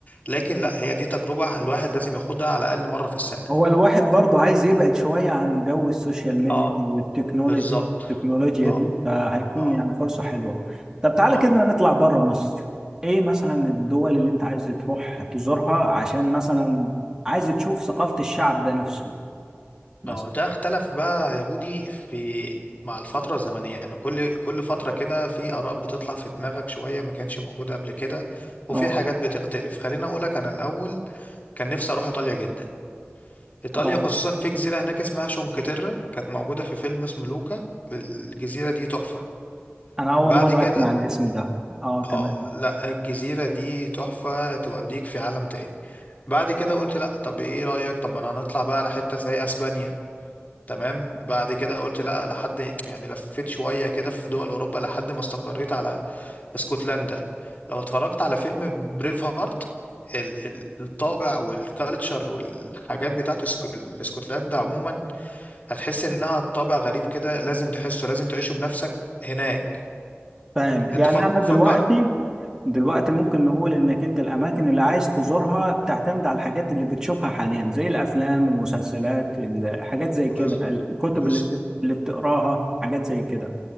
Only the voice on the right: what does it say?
هو الواحد برضه عايز يبعد شوية عن جو السوشيال ميديا
والتكنولوجيا
التكنولوجيا
دي فهيكون
يعني فرصة حلوة طب تعالى
كده نطلع بره مصر ايه مثلا الدول اللي انت عايز تروح تزورها عشان مثلا عايز تشوف ثقافة الشعب ده نفسه مثلا
اه
اه
انا اول
مرة
اسمع الاسم ده اه تمام
فاهم يعني
انا دلوقتي
دلوقتي ممكن نقول انك انت الاماكن اللي عايز تزورها بتعتمد على الحاجات اللي بتشوفها حاليا زي الافلام المسلسلات ال- حاجات
زي كده
الكتب
اللي بت- اللي بتقراها حاجات زي كده